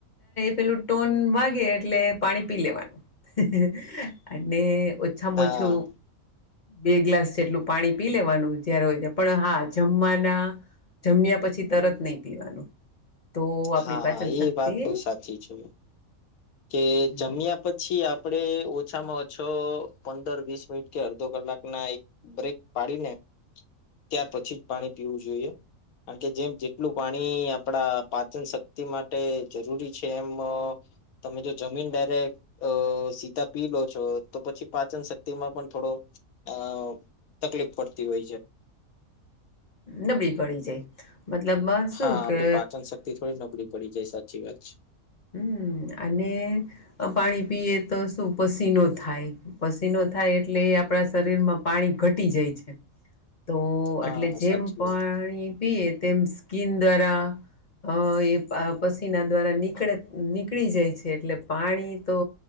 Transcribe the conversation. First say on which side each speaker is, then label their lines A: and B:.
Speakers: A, on the left; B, on the left.
A: પેલું ટોન વાગે એટલે પાણી પી લેવાનું અને ઓછામાંછું
B: હા
A: બે ગ્લાસ જેટલું પાણી પી લેવાનું જય્યારે હોય ત પણ હા જમવાના જમ્યા પછી તરત નહીિ પીવાનું તો આપણી
B: હા
A: પાચન શક્તિ
B: એ વાત બહુ સાચી છે કે
A: હમ
B: જમ્યા પછી પછી આપડે ઓછામાં ઓછો પંદર વીસ મિનિટ કે અડધો કલાકના એક બ્રેક પાડી ને ત્યાર પછી જ પાણી પીવું જોઈએ. કારણ કે જેમ જેટલું પાણી આપડા પાચનશક્તિ માટે જરૂરી છે એમ તમે જો જમીને ડાયરેક્ટ અ સીધા પી લો છો તો પછી પાચનશક્તિમાં પણ થોડો અ તકલીફ પડતી હોય છે.
A: નબળી પડી જાય મતલબમાં શું
B: હા આપડી
A: કે
B: પાચનશક્તિ થોડી નબળી પડી જાય સાચી વાત છે.
A: હમ અને પાણી પીએ તો શું પસીનો થાય પસીનો થાય એટ એટલે એ આપણા શરીરમાં પાણી ઘટી જાય છે. તો
B: હા
A: એટલે જેમ
B: સાચી
A: પાણી
B: વાત
A: પીએ તેમ સ્કીન દ્વારા અ એ આ પસીના દ્વારા ની નીકળે નીકળી જાય છે એટલે પાણી તો